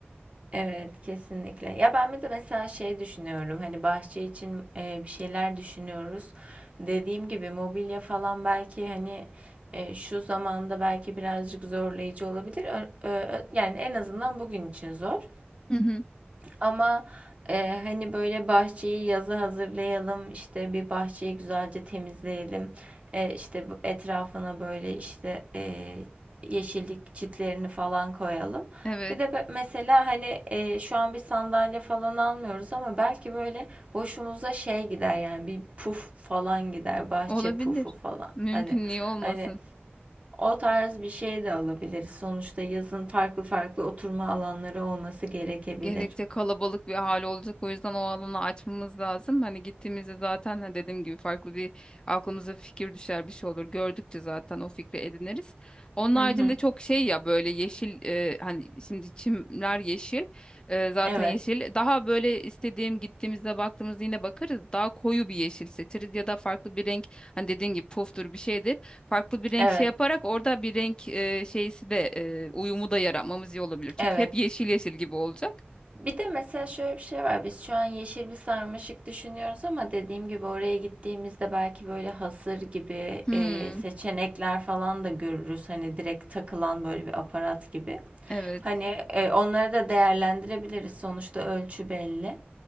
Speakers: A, on the right (about 30°); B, on the left (about 20°).
A: Evet kesinlikle. Ya ben bir de mesela şey düşünüyorum hani bahçe için e, bir şeyler düşünüyoruz. Dediğim gibi mobilya falan belki hani e, şu zamanda belki birazcık zorlayıcı olabilir. Ö- ö- yani en azından bugün için zor.
B: Hı hı.
A: Ama e, hani böyle bahçeyi yaza hazırlayalım, işte bir bahçeyi güzelce temizleyelim, e, işte bu etrafına böyle işte e, yeşillik çitlerini falan koyalım.
B: Evet,
A: Bir de be- mesela hani e, şu an bir sandalye falan almıyoruz ama belki böyle hoşumuza şey gider yani bir puf falan gider, bahçe
B: olabilir.
A: pufu falan.
B: Mümkün
A: Hani
B: niye olmasın?
A: hani o tarz bir şey de alabiliriz. Sonuçta yazın farklı farklı oturma alanları olması gerekebilir.
B: Gerekçe kalabalık bir hal olacak. O yüzden o alanı açmamız lazım. Hani gittiğimizde zaten ha dediğim gibi farklı bir aklımıza fikir düşer bir şey olur. Gördükçe zaten o fikri ediniriz. Onun
A: Hı
B: haricinde
A: hı.
B: çok şey ya böyle yeşil e, hani şimdi çimler yeşil e, zaten
A: Evet,
B: yeşil. Daha böyle istediğim gittiğimizde baktığımızda yine bakarız. Daha koyu bir yeşil seçeriz ya da farklı bir renk hani dediğin gibi puftur bir şeydir. Farklı bir renk
A: evet,
B: şey yaparak orada bir renk e, şeysi de e, uyumu da yaratmamız iyi olabilir. Çünkü
A: evet.
B: hep yeşil yeşil gibi olacak.
A: Bir de mesela şöyle bir şey var. Biz şu an yeşil bir sarmaşık düşünüyoruz ama dediğim gibi oraya gittiğimizde belki böyle hasır gibi
B: Hmm,
A: e, seçenekler falan da görürüz. Hani direkt takılan böyle bir aparat gibi.
B: evet,
A: Hani e, onları da değerlendirebiliriz. Sonuçta ölçü belli.